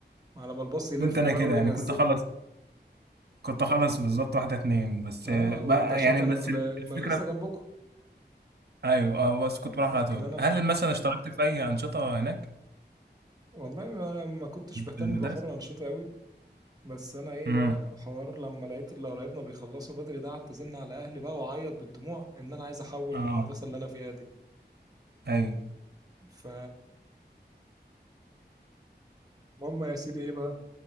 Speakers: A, on the right (about 20°); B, on the right (about 65°).
A: على ما الباص يلف
B: كنت انا
A: بقى
B: كده
A: وينزل
B: يعني كنت اخلص كنت اخلص بالظبط واحدة اتنين بس
A: اه
B: آه، بقى
A: وانت عشان
B: يعني
A: كان
B: بس
A: ال- المدرسة
B: الفكرة
A: جنبكم
B: ايوه اه بس كنت بروح على طول
A: كان أنا
B: هل مثلا اشتركت في اي انشطة هناك
A: والله ما, ما كنتش بهتم
B: في المدارس؟
A: بحر الأنشطة أوي بس انا ايه
B: امم
A: بقى حوار لما لقيت اللي قرايبنا بيخلصوا بدري ده قعدت ازن على اهلي بقى واعيط بالدموع ان انا عايز احول
B: اه
A: من المدرسه اللي انا فيها دي
B: ايوه
A: ف المهم يا سيدي ايه بقى